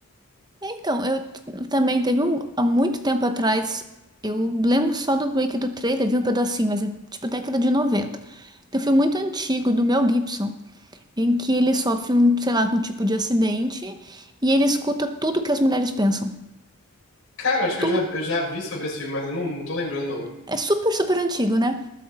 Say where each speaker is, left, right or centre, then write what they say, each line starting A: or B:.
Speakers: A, on the right (about 20°); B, on the left (about 60°).
A: É, Então, eu t- também teve um, há muito tempo atrás, eu lembro só do meio que do trailer, vi um pedacinho, mas é tipo década de noventa Tem um filme muito antigo do Mel Gibson, em que ele sofre um, sei lá, um tipo de acidente e ele escuta tudo que as mulheres pensam.
B: Cara, acho que
A: Tudo.
B: eu já, eu já vi sobre esse filme, mas eu não, não tô lembrando o nome.
A: É super, super antigo, né?